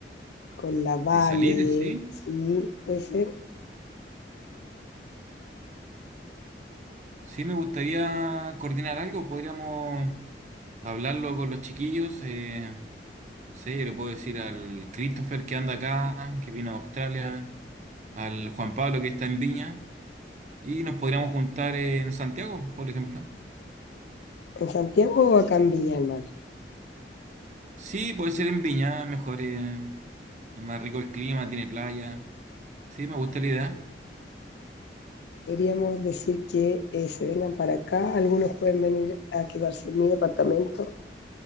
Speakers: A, on the left; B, on the right.
A: Con la Vale,
B: De salir, sí.
A: sí, puede ser.
B: Sí, me gustaría coordinar algo. Podríamos hablarlo con los chiquillos. eh, no sé, yo le puedo decir al Christopher que anda acá, que vino a Australia, al Juan Pablo que está en Viña, y nos podríamos juntar en Santiago, por ejemplo.
A: En Santiago o acá en Viña del Mar.
B: Sí, puede ser en Viña, mejor, eh, es más rico el clima, tiene playa. Sí, me gusta la idea.
A: Podríamos decir que eh, se vengan para acá. Algunos pueden venir a quedarse en mi departamento